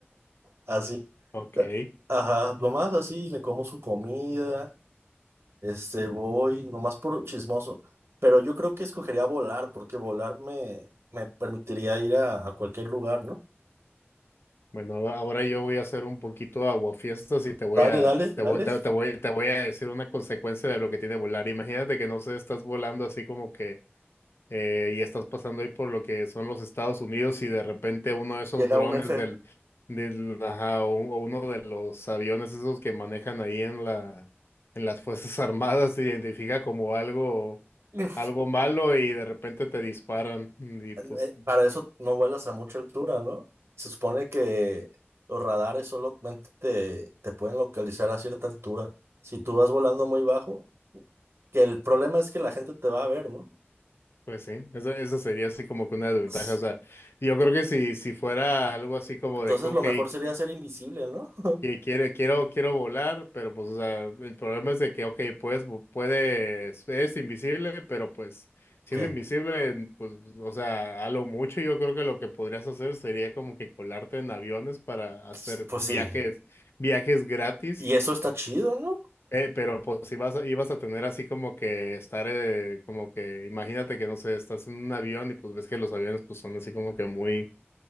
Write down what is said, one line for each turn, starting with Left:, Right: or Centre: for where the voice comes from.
Right: Así,
Left: Ok.
Right: a- ajá, nomás así, me como su comida, este, voy, nomás por chismoso. Pero yo creo que escogería volar, porque volar me, me permitiría ir a, a cualquier lugar, ¿no?
Left: Bueno, ahora ahora yo voy a hacer un poquito aguafiestas y te voy
Right: Dale,
Left: a,
Right: dale,
Left: te
Right: dale,
Left: voy, te, te voy, te voy a decir una consecuencia de lo que tiene volar. Imagínate que no sé, estás volando así como que eh, y estás pasando ahí por lo que son los Estados Unidos y de repente uno de esos
Right: llega
Left: drones
Right: un F.
Left: del, del ajá, o, un- o uno de los aviones esos que manejan ahí en la, en las Fuerzas <laughs> Armadas se identifica como algo,
Right: <laughs>
Left: algo malo y de repente te disparan y pues
Right: eh, Para eso no vuelas a mucha altura, ¿no? Se supone que los radares solamente te, te pueden localizar a cierta altura. Si tú vas volando muy bajo, que el problema es que la gente te va a ver, ¿no?
Left: Pues sí, eso, eso sería así como que una desventaja.
Right: S-
Left: O sea, yo creo que si, si fuera algo así como
Right: Entonces
Left: de que, ok,
Right: lo mejor
Left: qui-
Right: sería ser invisible, ¿no? <laughs>
Left: que quiere, quiero, quiero volar, pero pues, o sea, el problema es de que, ok, puedes, vo- puedes, es invisible, pero pues siendo
Right: Que,
Left: invisible, pues, o sea, a lo mucho yo creo que lo que podrías hacer sería como que colarte en aviones para
Right: pues
Left: hacer
Right: pues
Left: viajes,
Right: sí.
Left: viajes gratis.
Right: Y eso está chido, ¿no?
Left: Eh, pero pues ibas a, ibas a tener así como que estar, eh, como que imagínate que no sé, estás en un avión y pues ves que los aviones pues son así como que muy,